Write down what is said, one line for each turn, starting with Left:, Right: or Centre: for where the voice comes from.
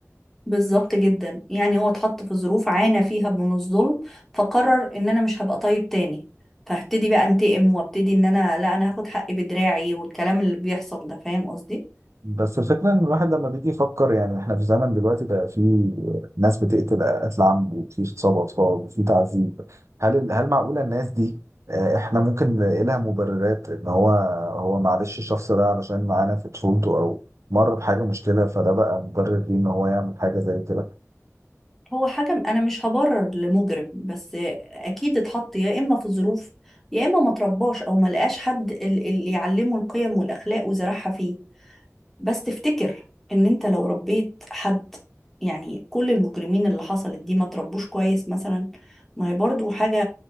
Centre: بالظبط جدا يعني هو اتحط في ظروف عانى فيها من الظلم فقرر ان انا مش هبقى طيب تاني فهبتدي بقى انتقم وابتدي ان انا لا انا هاخد حقي بدراعي والكلام اللي بيحصل ده فاهم قصدي
Right: بس الفكرة إن الواحد لما بيجي يفكر يعني إحنا في زمن دلوقتي بقى فيه ناس بتقتل قتل عمد وفي اغتصاب أطفال وفي تعذيب هل هل معقولة الناس دي آه، إحنا ممكن نلاقي لها مبررات إن هو هو معلش الشخص ده علشان معانا في طفولته أو مر بحاجة مشكلة فده بقى مبرر ليه إن هو يعمل حاجة زي كده؟
Centre: هو حاجة م- انا مش هبرر لمجرم بس اكيد اتحط يا اما في ظروف يا اما ما ترباش او ما لقاش حد ال- اللي يعلمه القيم والاخلاق وزرعها فيه بس تفتكر ان انت لو ربيت حد يعني كل المجرمين اللي حصلت دي ما تربوش كويس مثلا ما هي برضو حاجة